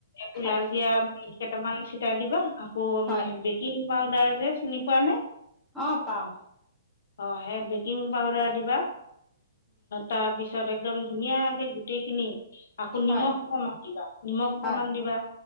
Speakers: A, on the left; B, in the centre.
A: পুলাজিয়া
B: হয়
A: কেইটামান ছিটাই দিবা, আকৌ
B: হয়
A: বেকিং পাউদাৰ যে চিনি পোৱা নাই?
B: অ' পাও।
A: অ' সেই বেকিং পাউদাৰ দিবা তাৰপিছত একদম ধুনীয়া গোটেইখিনি আকৌ
B: হয়
A: নিমখ অকমান দিবা নিমখ অকমান
B: হয়
A: দিবা